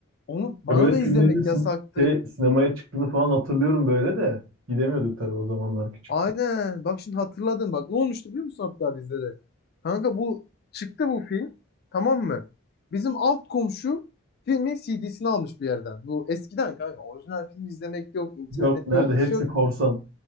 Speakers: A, on the left (about 45°); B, on the right (about 65°).
A: Onu bana
B: Ya böyle
A: da izlemek
B: filmlerin sin-
A: yasaktı.
B: şey, sinemaya çıktığını falan hatırlıyorum böyle de. Gidemiyorduk tabii o zamanlar küçüktük.
A: Aynen. Bak şimdi hatırladım. Bak ne olmuştu biliyor musun hatta bizde de? Kanka bu çıktı bu film. Tamam mı? Bizim alt komşu filmin CD'sini almış bir yerden. Bu eskiden kanka orijinal film izlemek yok, internet
B: Yok nerede
A: yok,
B: hepsi
A: bir şey yok.
B: korsan.